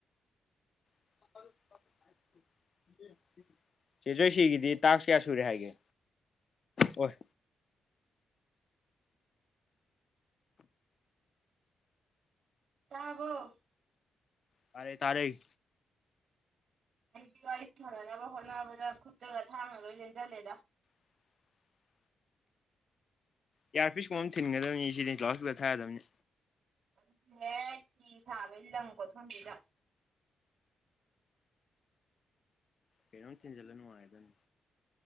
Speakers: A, on the left; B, on the right.
A: <unintelligible> ꯆꯦꯖꯣꯏ ꯁꯤꯒꯤꯗꯤ ꯇꯥꯁ ꯀꯌꯥ ꯁꯨꯔꯦ ꯍꯥꯏꯒꯦ ꯑꯣꯏ
B: ꯇꯥꯕꯔꯣ
A: ꯇꯥꯔꯦ ꯇꯥꯔꯦ
B: ꯑꯩꯅ ꯋꯥꯔꯤ ꯁꯥꯟꯅꯅꯕ ꯍꯣꯠꯅꯕꯗ ꯈꯨꯠꯇꯒ ꯊꯥꯡꯅꯂꯣꯏꯅ ꯂꯦꯟꯁꯤꯜꯂꯦꯗ
A: <inaudible> ꯌꯥꯔꯄꯤꯁ ꯀꯨꯝꯕ ꯑꯃ ꯊꯤꯟꯒꯗꯕꯅꯤ ꯁꯤꯗꯤ ꯀ꯭ꯂꯥꯎ ꯏꯁꯄꯤꯀꯔ ꯊꯥꯌꯥꯗꯕꯅꯤ
B: ꯑꯗꯨ ꯍꯦꯛ ꯐꯤ ꯁꯥꯕꯒꯝ ꯂꯪ ꯀꯣꯠꯐꯝꯁꯤꯗ
A: ꯀꯩꯅꯣꯝ ꯊꯤꯟꯖꯤꯜꯂꯒ ꯅꯨꯡꯉꯥꯏꯒꯗꯕꯅꯦ